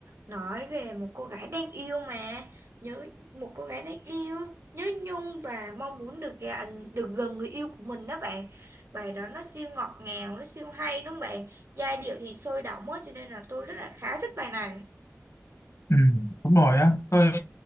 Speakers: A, on the right; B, on the left.
A: Nói về một cô gái đang yêu mà Nhớ một cô gái đang yêu Nhớ nhung và mong muốn được gần, được gần người yêu của mình đó bạn Bài đó nó siêu ngọt ngào, nó siêu hay đúng không bạn Giai điệu thì sôi động quá cho nên là tôi rất là khá thích bài này
B: Ừ, đúng rồi á, tôi